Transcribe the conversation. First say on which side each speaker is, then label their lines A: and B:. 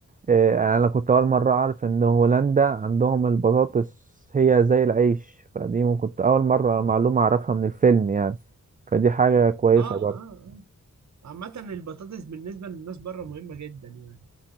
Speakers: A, on the right; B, on the right.
A: آه، يعني أنا كنت أول مرة أعرف إن هولندا عندهم البطاطس هي زي العيش فدي م- كنت أول مرة معلومة أعرفها من الفيلم يعني فدي حاجة كويسة
B: اه
A: برضه
B: اه اه عامة البطاطس بالنسبة للناس بره مهمة جدا يعني